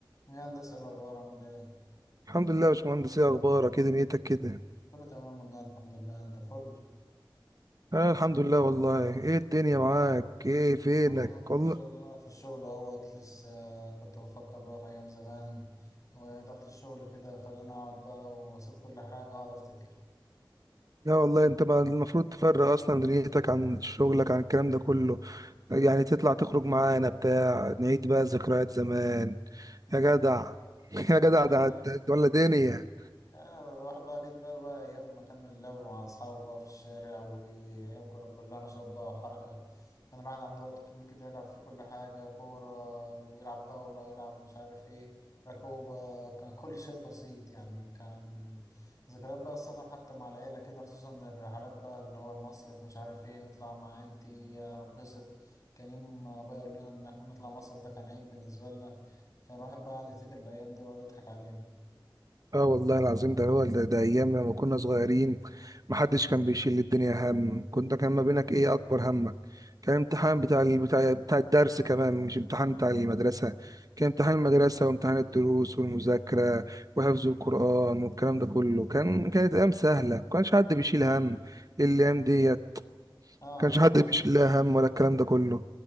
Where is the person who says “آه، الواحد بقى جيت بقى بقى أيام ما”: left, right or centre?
Left